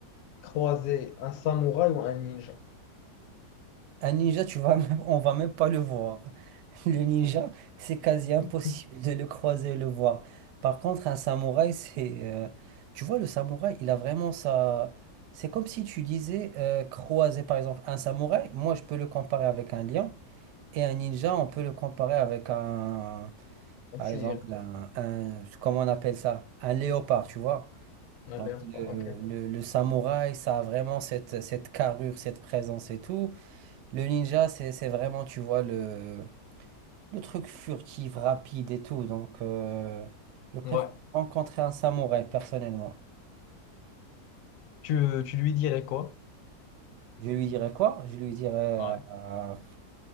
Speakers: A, on the left; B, on the right.
A: croiser un samouraï ou un ninja?
B: Un ninja, tu vas même- on va même pas le voir. Le ninja, c'est quasi impossible
A: <laughs>
B: de le croiser et le voir. Par contre, un samouraï, c'est... euh, tu vois, le samouraï, il a vraiment sa... C'est comme si tu disais euh, croiser, par exemple, un samouraï, moi, je peux le comparer avec un lion, et un ninja, on peut le comparer avec un... Par
A: Si,
B: exemple, un... un- comment on appelle ça? Un léopard, tu vois?
A: un
B: Donc,
A: léopard,
B: le,
A: ok.
B: le, le samouraï, ça a vraiment cette, cette carrure, cette présence et tout. Le ninja, c'est, c'est vraiment, tu vois, le, le truc furtif, rapide et tout. Donc, euh, je préfère
A: Ouais.
B: rencontrer un samouraï, personnellement.
A: Tu, tu lui dirais quoi?
B: Je lui dirais quoi? Je lui dirais,
A: Ouais.
B: euh,